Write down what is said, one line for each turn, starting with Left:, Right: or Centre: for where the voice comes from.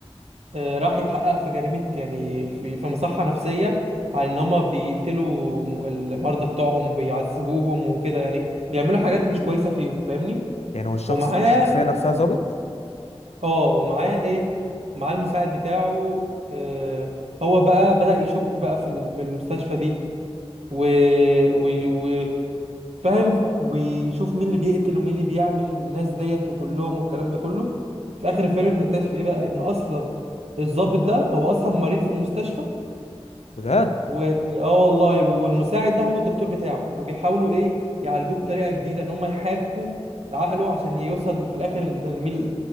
Right: آه، راح يحقق في جريمة يعني في في مصحة نفسية على ان هما بيقتلوا م- المرضى بتوعهم بيعذبوهم وكده يعني بيعملوا حاجات مش كويسة فيهم فاهمني
Left: يعني هو الشخص
Right: ومعاه
Left: الشخصيه نفسها ظابط
Right: اه ومعاه ايه معاه المساعد بتاعه آه، هو بقى بدأ يشك بقى في ال- في المستشفى دي و... و... و... فاهم ويشوف مين اللي بيقتل ومين اللي بيعمل الناس ديت وكلهم والكلام ده كله في اخر الفيلم بنكتشف ايه بقى ان اصلا الضابط ده هو اصلا مريض في المستشفى
Left: بجد
Right: و اه والله والمساعد ده هو الدكتور بتاعه وبيحاولوا ايه يعالجوه بطريقه جديده ان هم يحاكوا عقله عشان يوصل في الاخر لمين